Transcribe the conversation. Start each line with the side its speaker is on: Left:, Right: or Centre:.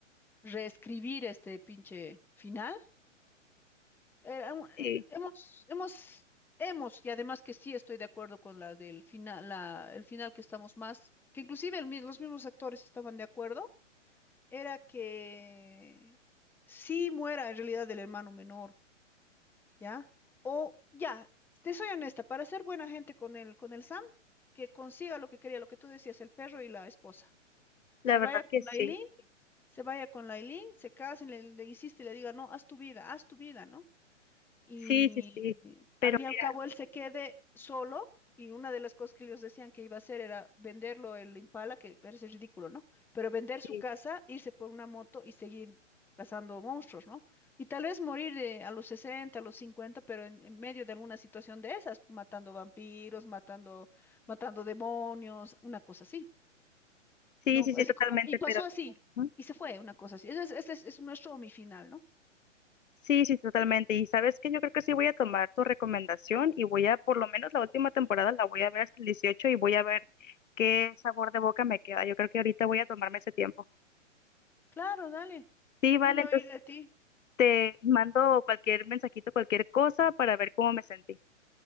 Centre: reescribir este pinche final. Era un- eh,
Left: Sí,
Centre: hemos, hemos, hemos, y además que sí estoy de acuerdo con la del final, la, el final que estamos más, que inclusive el mi- los mismos actores estaban de acuerdo, era que sí muera en realidad el hermano menor, ¿ya? O ya, te soy honesta, para ser buena gente con el, con el Sam, que consiga lo que quería, lo que tú decías, el perro y la esposa.
Left: la
Centre: Se
Left: verdad
Centre: vaya con
Left: que sí.
Centre: la Aileen, se vaya con la Aileen, se casen, le, le insiste y le diga, no, haz tu vida, haz tu vida, ¿no? y
Left: Sí, sí, sí. Pero
Centre: al fin
Left: mira,
Centre: y al cabo él se quede solo y una de las cosas que ellos decían que iba a hacer era venderlo el Impala, que parece ridículo, ¿no? Pero vender
Left: sí,
Centre: su casa, irse por una moto y seguir cazando monstruos, ¿no? Y tal vez morir de a los 60 a los cincuenta pero en, en medio de alguna situación de esas, matando vampiros, matando, matando demonios, una cosa así,
Left: sí,
Centre: ¿no?
Left: sí, sí,
Centre: Así
Left: totalmente,
Centre: como, y pasó
Left: pero...
Centre: así,
Left: ¿Mm?
Centre: y se fue, una cosa así. Ese es, ese es, es nuestro mi final, ¿no?
Left: Sí, sí, totalmente. Y sabes que yo creo que sí voy a tomar tu recomendación y voy a, por lo menos la última temporada, la voy a ver hasta el 18 y voy a ver qué sabor de boca me queda. Yo creo que ahorita voy a tomarme ese tiempo.
Centre: Claro, dale.
Left: Sí, vale,
Centre: Lindo
Left: entonces
Centre: oír de ti.
Left: te mando cualquier mensajito, cualquier cosa para ver cómo me sentí.